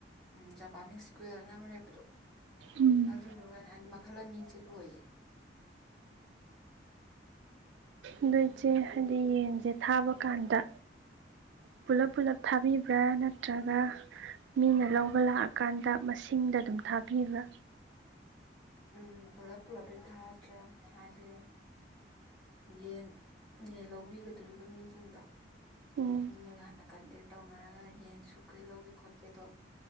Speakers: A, in the centre; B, on the right.
A: ꯎꯝ ꯖꯄꯥꯟꯅꯤꯁ ꯀ꯭ꯋꯨꯏꯜꯅ ꯑꯃ ꯂꯩꯕꯗꯣ
B: ꯎꯝ
A: ꯑꯗꯨꯗꯨꯒ ꯑꯗ ꯃꯈꯜ ꯑꯅꯤꯖꯦ ꯂꯣꯏꯌꯦ
B: ꯑꯗꯨ ꯏꯠꯆꯦ ꯍꯥꯏꯗꯤ ꯌꯦꯟꯖꯦ ꯊꯥꯕ ꯀꯥꯟꯗ ꯄꯨꯂꯞ ꯄꯨꯂꯞ ꯊꯥꯕꯤꯕ꯭ꯔꯥ ꯅꯠꯇ꯭ꯔꯒ ꯃꯤꯅ ꯂꯧꯕ ꯂꯥꯛꯑꯀꯥꯟꯗ ꯃꯁꯤꯡꯗ ꯑꯗꯨꯝ ꯊꯥꯕꯤꯕ꯭ꯔꯥ
A: ꯎꯝ ꯄꯨꯂꯞ ꯄꯨꯂꯞꯇꯤ ꯊꯥꯗ꯭ꯔꯦ ꯍꯥꯏꯗꯤ ꯌꯦꯟ ꯌꯦꯟ ꯂꯧꯕꯤꯒꯗꯣꯔꯤꯕ ꯃꯤꯖꯤꯡꯗꯣ
B: ꯎꯝ
A: ꯃꯣꯏꯒ ꯍꯥꯟꯅ ꯀꯟꯇꯦꯛ ꯇꯧꯅꯔꯒ ꯌꯦꯟ ꯁꯨꯛ ꯀꯩ ꯂꯧꯒꯦ ꯈꯣꯠꯀꯦꯗꯣ